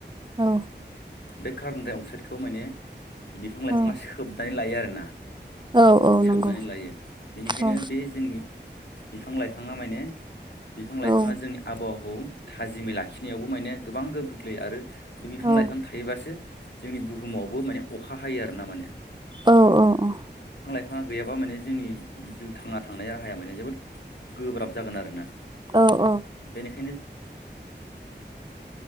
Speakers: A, on the right; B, on the left.
A: औ
B: बे कार्बन डाइ अक्साइदखौ माने बिफां लाइफाङा
A: औ
B: सोबनानै लायो आरोना।
A: औ औ
B: सोबनानै
A: नंगौ
B: लायो बेनिखायनो
A: औ
B: बे जोंनि बिफां लाइफाङा माने बिफां लाइफाङा
A: औ
B: जोंनि आबहावाखौ थाजिमै लाखिनायावबो माने गोबां गोहोम खोख्लैयो आरो बे बिफां
A: औ
B: लाइ- थायोबासो जोंनि बुहुमावबो माने अखा हायो आर ना माने
A: औ औ औ
B: बिफाङा गैयाबा माने जोंनि जिउ थांना थांनाय राहाया माने जोबोद गोब्राब जागोन आरोना।
A: औ औ
B: <inaudible>